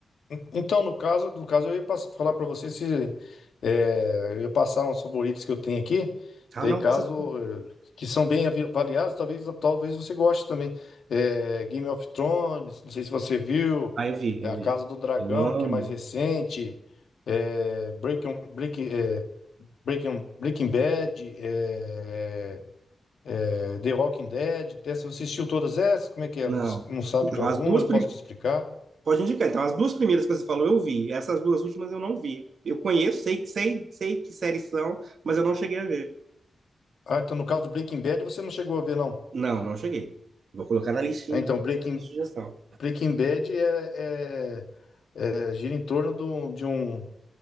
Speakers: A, on the left; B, on the right.
A: Então, no caso, no caso, eu ia pass- falar para você se é, eu ia passar uns favoritos que eu tenho aqui,
B: Ah,
A: daí
B: não,
A: caso
B: passa. assim.
A: eh, que são bem avi- avaliados, talvez talvez você goste também. É, Game of Thrones, não sei se você viu,
B: Ah, eu vi,
A: é,
B: eu
A: A
B: vi.
A: Casa do Dragão,
B: Eu amo.
A: que é mais recente, é, Breaking, Breaking, é, Breaking, Breaking Bad, é, é, é, The Walking Dead. Até se você assistiu todas essas, como é que
B: Não.
A: é? Você não sabe
B: Então,
A: de alguma?
B: as duas
A: Eu
B: primeiras.
A: posso te explicar.
B: Pode indicar. Então, as duas primeiras que você falou, eu vi. Essas duas últimas eu não vi. Eu conheço, sei, sei, sei que séries são, mas eu não cheguei a ver.
A: Ah, então no caso do Breaking Bad você não chegou a ver, não.
B: Não, não cheguei. Vou colocar na listinha,
A: É,
B: então,
A: então, Breaking,
B: essa sugestão.
A: Breaking Bad é, é- é- gira em torno do- de um,